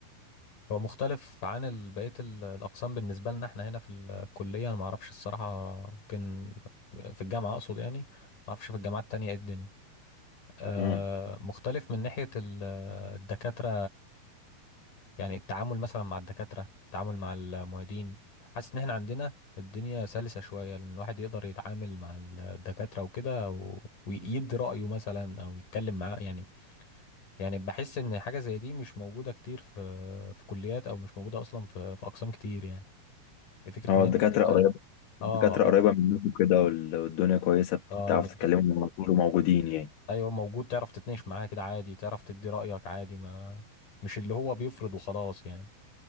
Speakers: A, on the left; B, on the left.
A: هو مختلف عن ال- بقية ال- الأقسام بالنسبة لنا احنا هنا في الكلية أنا معرفش الصراحة يمكن في الجامعة أقصد يعني معرفش في الجامعات التانية ايه الدنيا آه
B: امم
A: مختلف من ناحية ال- الدكاترة يعني التعامل مثلا مع الدكاترة التعامل مع المعيدين حاسس ان احنا عندنا الدنيا سلسة شوية لان الواحد يقدر يتعامل مع الدكاترة وكده و... ويدي رأيه مثلا او يتكلم معاه يعني يعني بحس ان حاجة زي دي مش موجودة كتير في في كليات او مش موجودة اصلا في في اقسام كتير يعني فكرة
B: أه
A: ان انت
B: الدكاترة
A: تبقى
B: قريبة
A: اه
B: الدكاترة
A: إن...
B: قريبة منكم كده وال- والدنيا كويسة بت-
A: اه
B: بتعرف
A: ان الد-
B: تتكلموا مع طول وموجودين يعني
A: ايوه موجود تعرف تتناقش معاه كده عادي تعرف تدي رأيك عادي ما مش اللي هو بيفرض وخلاص يعني